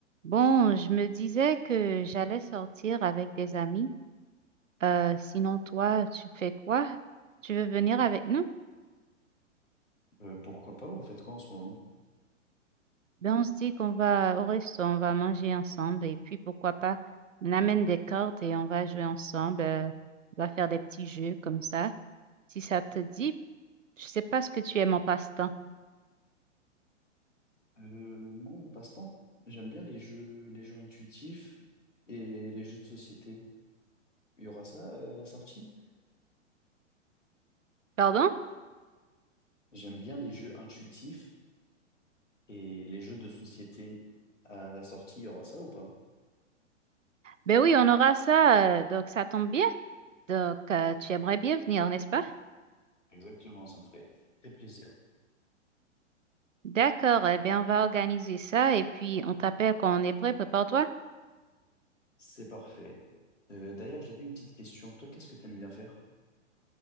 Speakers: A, on the right; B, on the left.
A: Bon, je me disais que j'allais sortir avec des amis. Euh, sinon, toi, tu fais quoi? Tu veux venir avec nous?
B: Euh, pourquoi pas? Vous faites quoi en ce moment?
A: Ben, on se dit qu'on va au resto, on va manger ensemble et puis pourquoi pas, on amène des cartes et on va jouer ensemble. euh, on va faire des petits jeux comme ça. Si ça te dit, je sais pas ce que tu aimes en passe-temps.
B: Euh, moi, en passe-temps, j'aime bien les jeux, les jeux intuitifs et les jeux de société. Il y aura ça euh, à la sortie?
A: Pardon?
B: J'aime bien les jeux intuitifs et les jeux de société. À la sortie, il y aura ça ou pas?
A: Ben oui, on aura ça, euh, donc ça tombe bien. Donc, euh, tu aimerais bien venir, n'est-ce pas?
B: Exactement, ça me ferait très plaisir.
A: D'accord, eh bien, on va organiser ça et puis on t'appelle quand on est prêt, prépare-toi.
B: C'est parfait. Euh, d'ailleurs, j'avais une petite question. Toi, qu'est-ce que t'aimes bien faire?